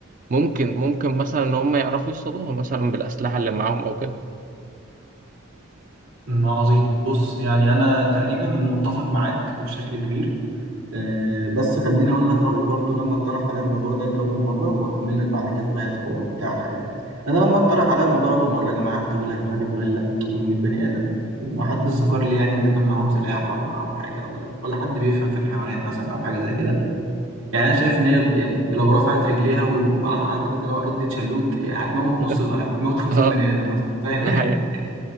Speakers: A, on the right; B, on the right.
A: ممكن ممكن مثلا ان هم يعرفوا يصطادوها مثلا بالاسلحة اللي معاهم او كده
B: م. عظيم بص يعني انا تقريبا متفق معاك بشكل كبير آه، بس خليني اقول لك رايي برضو لما اتطرح عليا الموضوع ده لاول مره واكمل لك بعد كده بقى الحوار بتاعها يعني انا لما اتطرح عليا الموضوع اول مره يا جماعه التاويل يا جماعه دي غوريلا 400 بني ادم ومحدش ذكر لي يعني اذا كان معاهم سلاح ولا معاهم حاجه ولا ولا حد بيفهم في الحيوانات مثلا او حاجه زي كده يعني انا شايف ان هي ب- يعني لو رفعت رجليها وعارف انت لو ادت شلوت يعني هتموت نص
A: <laughs>
B: ال- هتموت 50
A: اه
B: بني ادم مثلا فاهم
A: ده حقيقة
B: <laughs>